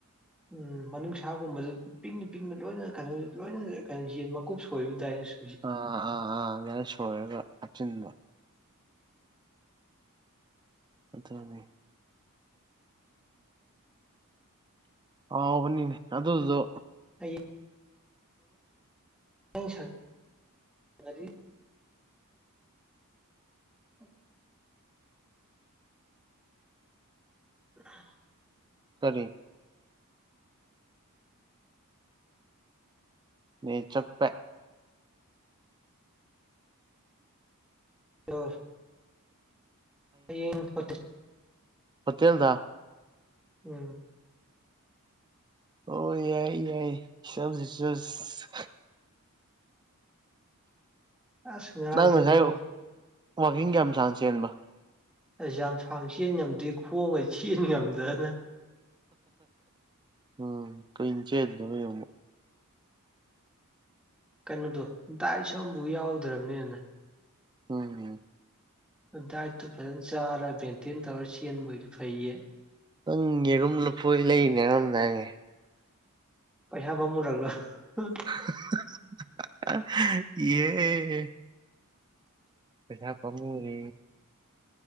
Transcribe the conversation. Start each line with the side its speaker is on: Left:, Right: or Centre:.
Centre: ꯎꯝ ꯃꯅꯨꯡꯁꯥꯒꯨꯝꯕꯖꯨ ꯄꯤꯛꯅ ꯄꯤꯛꯅ ꯂꯣꯏꯅ ꯀꯩꯅꯣ ꯂꯣꯏꯅ ꯀꯩꯅꯣ ꯌꯦꯟ ꯃꯀꯨꯞ ꯁꯣꯏꯕꯗꯥꯏꯅꯁꯨ
Right: ꯑꯥ ꯍꯥ ꯍꯥ ꯑꯗꯥꯏꯅ ꯁꯣꯏꯔꯒ ꯍꯥꯞꯆꯤꯟꯕ꯫ ꯑꯗꯨꯅꯤ ꯑꯥꯎꯕꯅꯤꯅꯦ ꯑꯗꯨꯗꯣ
Centre: ꯍꯌꯦꯡ <unintelligible> ꯁꯪꯉꯗꯤ <inaudible> <inaudible>
Right: ꯀꯔꯤ ꯅꯦꯠ ꯆꯞꯄꯦ
Centre: <unintelligible> ꯍꯌꯦꯡ ꯍꯣꯇꯦꯠ
Right: ꯍꯣꯇꯦꯜꯗꯥ
Centre: ꯎꯝ
Right: ꯑꯣ ꯌꯥꯏꯌꯦ ꯌꯥꯏ ꯁ꯭ꯂꯦꯞ ꯗꯤꯖꯁ
Centre: ꯑꯁ ꯉꯔꯥꯡꯁꯨ
Right: ꯅꯪ ꯉꯁꯥꯏ
Centre: ꯑꯗꯨꯃꯛ
Right: ꯋꯥꯛꯀꯤꯡ ꯀꯌꯥꯝ ꯁꯥꯡ ꯆꯦꯟꯕ
Centre: ꯑꯁ ꯌꯥꯝ ꯁꯥꯡ ꯆꯦꯟ ꯉꯝꯗꯦ ꯈꯣꯡꯒ ꯆꯦꯟ ꯉꯝꯗꯅ꯫
Right: ꯎꯝ ꯀꯨꯏ ꯆꯦꯟꯂꯨꯗꯕꯩ ꯑꯃꯨꯛ
Centre: ꯀꯩꯅꯣꯗꯣ ꯗꯥꯏꯁꯁꯣꯝꯕꯨ ꯌꯥꯎꯗ꯭ꯔꯝꯅꯤꯅꯅꯦ꯫
Right: ꯎꯝ
Centre: ꯗꯥꯏꯠꯇꯨ ꯐꯖꯅ ꯆꯥꯔ ꯕꯦꯟꯇꯦꯟ ꯇꯧꯔ ꯆꯦꯟꯕ ꯑꯣꯏꯗꯤ ꯐꯩꯌꯦ꯫
Right: ꯅꯪ ꯌꯦꯔꯨꯝ ꯂꯐꯣꯏ ꯂꯩꯅꯦ ꯍꯥꯏꯔꯝ ꯗꯥꯏꯅꯦ꯫
Centre: ꯄꯩꯁꯥ ꯄꯥꯝꯃꯨꯔꯕ꯭ꯔ ꯍꯥ
Right: <unintelligible> ꯌꯦ ꯄꯩꯁꯥꯝ ꯄꯥꯝꯃꯨꯔꯦ